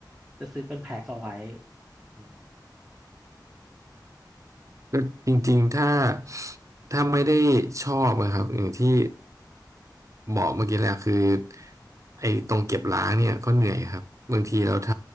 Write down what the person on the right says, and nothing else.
ก็จริงๆถ้าถ้าไม่ได้ชอบนะครับอย่างที่บอกเมื่อกี้แหละคือไอ้ตรงเก็บล้างเนี่ยก็เหนื่อยครับบางทีเราท